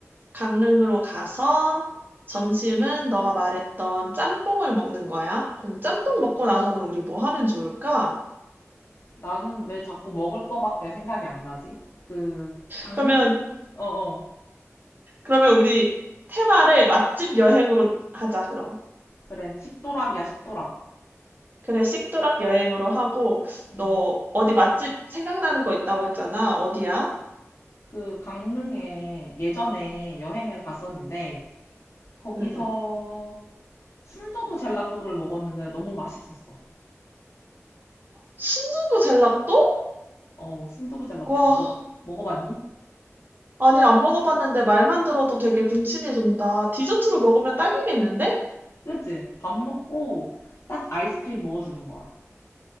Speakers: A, on the right; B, on the left.
A: 강릉으로 가서 점심은 너가 말했던 짬뽕을 먹는 거야. 그럼 짬뽕
B: 음.
A: 먹고 나서는 우리 뭐 하면 좋을까?
B: 나는 왜 자꾸 먹을 거밖에 생각이 안 나지? 그, 강릉,
A: 그러면,
B: 어, 어.
A: 그러면 우리 테마를 맛집 여행으로 하자, 그럼.
B: 그래. 식도락이야, 식도락.
A: 그래, 식도락 여행으로 하고,
B: 음,
A: 너 어디 맛집 생각나는 거 있다고 했잖아. 어디야?
B: 그 강릉에 예전에 여행을 갔었는데 거기서
A: 응응.
B: 순두부 젤라또를 먹었는데 너무 맛있었어.
A: 순두부 젤라또?
B: 어, 순두부 젤라또
A: 와,
B: 너 먹어봤니?
A: 아니 안 먹어봤는데 말만 들어도 되게 군침이 돈다. 디저트로 먹으면 딱이겠는데?
B: 그치? 밥 먹고 딱 아이스크림 먹어주는 거야.